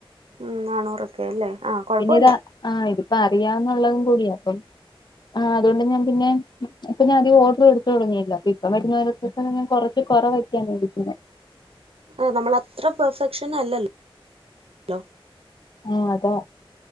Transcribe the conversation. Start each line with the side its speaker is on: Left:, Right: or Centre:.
Right: ഉം നാണൂറൊക്കെ അല്ലേ. ആ കുഴപ്പമില്ല
Left: പിന്നെ ഇത് ആഹ് ഇതിപ്പോ അറിയാവന്നുള്ളതും കൂടിയാ അപ്പം ആഹ് അതുകൊണ്ട് ഞാൻ പിന്നെ ഇപ്പൊ ഞാൻ അധിക ഓർഡർ എടുതുടങ്ങില്ല അപ്പ ഇപ്പ വരുന്ന കുറച്ച് കുറവക്കാ മേടിക്കുനേ
Right: അഹ് നമ്മൾ അത്ര പെർഫെക്ഷൻ അല്ല ല്ലോ
Left: അഹ് അതാ